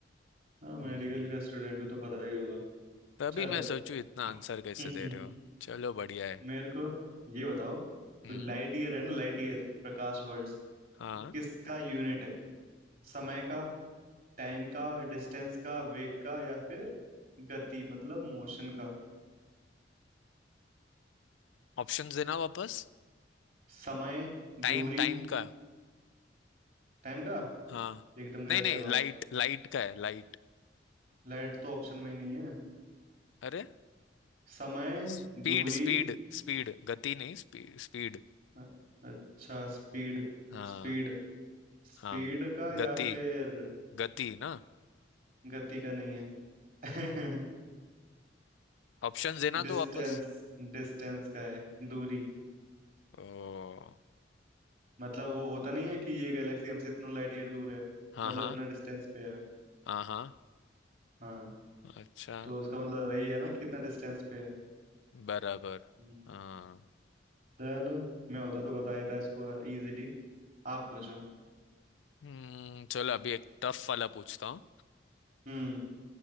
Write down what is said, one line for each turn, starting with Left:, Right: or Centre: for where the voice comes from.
Right: हाँ मेडिकल
Left: हम्म
Right: का स्टूडेंट हूँ तो पता ही होगा
Left: तभी
Right: चलो
Left: मैं सोचूं इतना आंसर कैसे
Right: <laughs>
Left: दे रहे हो चलो बढ़िया है
Right: मेरे को ये बताओ
Left: हम्म
Right: तो लाइट ईयर है ना लाइट ईयर प्रकाश वर्ष
Left: हाँ
Right: वो किसका यूनिट है समय का टाइम का डिस्टेंस का वेट का या फिर गति मतलब मोशन का
Left: ऑप्शंस देना वापस
Right: समय
Left: टाइम
Right: दूरी
Left: टाइम का
Right: टाइम का
Left: हाँ
Right: एकदम गलत
Left: नहीं नहीं
Right: जवाब
Left: लाइट लाइट का है लाइट
Right: लाइट तो ऑप्शन में ही नहीं है
Left: अरे
Right: समय
Left: स्पीड
Right: दूरी
Left: स्पीड स्पीड गति नहीं स्पीड स्पीड
Right: अ- अच्छा स्पीड
Left: हाँ
Right: स्पीड स्पीड
Left: हाँ
Right: का या
Left: गति
Right: फिर
Left: गति ना
Right: गति का नहीं है <laughs>
Left: ऑप्शंस देना
Right: डिस्टेंस
Left: तो वापस
Right: डिस्टेंस का है दूरी
Left: ओ
Right: मतलब वो होता नहीं है कि ये गैलेक्सी हमसे इतना लाइट ईयर दूर है
Left: हाँ
Right: मतलब
Left: हाँ
Right: इतना डिस्टेंस पे है
Left: हाँ हाँ
Right: हाँ
Left: अच्छा
Right: तो उसका मतलब वही है ना कि इतना डिस्टेंस पे है
Left: बराबर
Right: हम्म।
Left: हाँ
Right: चलो मैं होता तो बता देता इसको इजीली आप पूछो
Left: हम्म चलो अभी एक टफ वाला पूछता हूँ
Right: हम्म